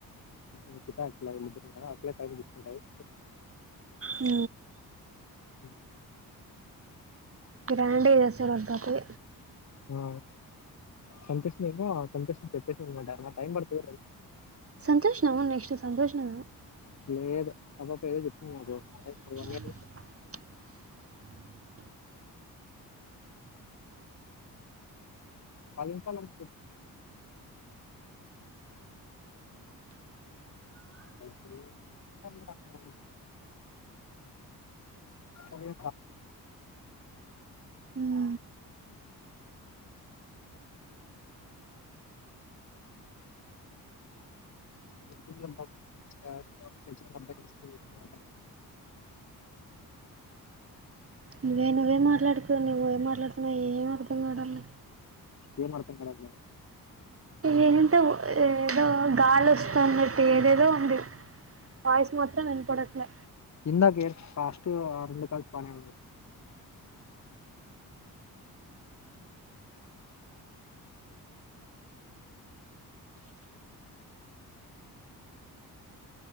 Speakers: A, on the left; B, on the right.
A: మీకు ఇతా అట్లాన్నా అట్లా టైం తీకుంటాకు
B: ఉ
A: ఉ
B: బ్రాండే చేసేరుళ కాతే
A: ఆ సంతోష్ న సంతోష్ చెప్పేమాంట టై పడుతు
B: సంతోష నము నెక్స్ట్ సంతోష నము అ
A: లేదు ఆ పాప ఏదో చెప్పింది నాకు వన్ ఇయర్ అ పాలన్ పాలన్
B: ఆ
A: మీరెప్పుడు వస్తారు అరే
B: ఆ
A: ఇక తెలిసినోళ్ల అబ్బాయి అని చెప్పినవట
B: నువ్వే నువ్వే మాట్లాడుకువు నువ్వే మాట్లాడుతున్నావు ఏం అర్ధం కాడని
A: ఏంమాతను మేడమ్
B: ఏంటంటే ఏదో గాలి వస్తుందిట్టి ఏదేదో ఉంది వయిస్ మాత్రం వెనుపడకులే
A: ఇందా కేేర్ కాస్ట్టు రెండు కాల పాల